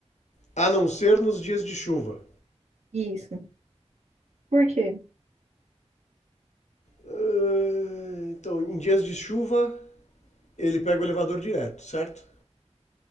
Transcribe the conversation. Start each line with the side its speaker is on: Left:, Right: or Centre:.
Left: a não ser nos dias de chuva.
Right: isso. Por quê?
Left: Ah, Então, em dias de chuva, ele pega o elevador direto, certo?